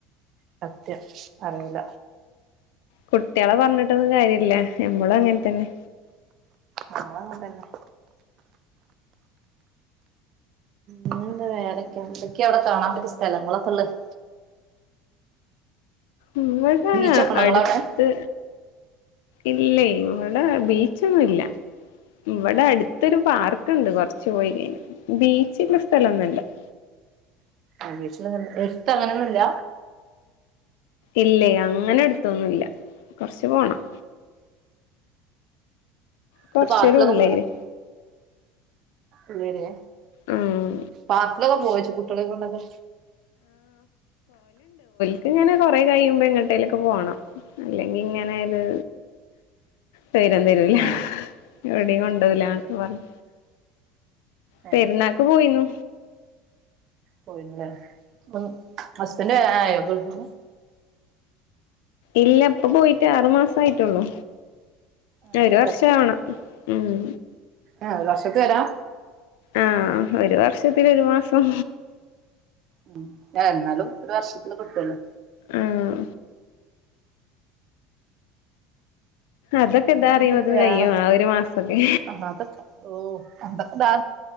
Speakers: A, on the right; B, on the left.
A: സത്യം അറീല
B: കുട്ടികളെ പറഞ്ഞിട്ടൊന്നും കാര്യില്ല നമ്മളും അങ്ങനെ തന്നെ.
A: നമ്മളങ്ങനത്തന്നെ ന്നെന്താ വേറെക്കെ എന്തൊക്ക അവടെ കാണാൻ പറ്റിയ സ്ഥലങ്ങളൊക്കെള്ളത്
B: ഇവടെ
A: ബീച്ചൊക്കെ ഉണ്ടോ
B: അട്ത്ത്
A: നിങ്ങളവിടെ
B: ഇല്ല ഇവിടെ ബീച്ചൊന്നുംല്ല. ഇവിടെ അടുത്തൊരു പാർക്കുണ്ട് കൊറച്ച് പോയി കഴിഞ്ഞ ബീച്ചുള്ള സ്ഥലോന്നല്ല. <unintelligible>
A: <unintelligible> എര്ത്തങ്ങനൊന്നുല്ല
B: ഇല്ലയ് അങ്ങനെ അടുത്തൊന്നുംല്ല കൊറച്ച് പോണം. കൊറച്ചൊരു
A: ഇത് പാർക്കിലൊക്കെ
B: ഉള്ളേര്യേ
A: ഉ
B: ഉം
A: പാർക്കിലൊക്കെ പോവെജ് കുട്ടികളെ കൊണ്ടൊക്കെ.
B: ഇക്ക് ഇങ്ങനെ കൊറെ കയുമ്പോ എങ്ങട്ടേലൊക്കെ പോണം അല്ലെങ്കി ഇങ്ങനെ ഒര് തൈരം തരൂല
A: ആഹ്
B: എവിടിം
A: ഉം
B: കൊണ്ടോവൂലാ
A: ഉം
B: ക്കെ പറഞ് പെരുന്നാക്ക്
A: ഏഹ്
B: പോയിന്നു.
A: പോയില്ലേ ഉം ഹസ്ബന്റ് വരാനായോ ഗൾഫിന്നു?
B: ഇല്ല ഇപ്പൊ പോയിട്ട് ആറു മാസ ആയിട്ടൊള്ളൂ.
A: ആറ്
B: ഒരു
A: മാസായിട്ടൊള്ളൂ ആഹ്
B: വർഷാവണം മ്.
A: ആഹ് വർഷത്തിൽ വര?
B: ആഹ് ഒരു വർഷത്തി ഒരു മാസം.
A: ഉം, എന്നാലും ഒരു വർഷത്തില് കിട്ടോല്ലോ.
B: ആഹ. അതൊക്കെ
A: പിന്നെ
B: ഇതാ അറിയുമ്പോത്തിന്
A: എന്തൊക്കെയ വേറെ,
B: കഴിയും ആ ഒരു മാസൊക്കെ
A: ആഹ് അതൊക്കൊ, ഓ അതൊക്കെ' ' <unintelligible> ' <unintelligible> '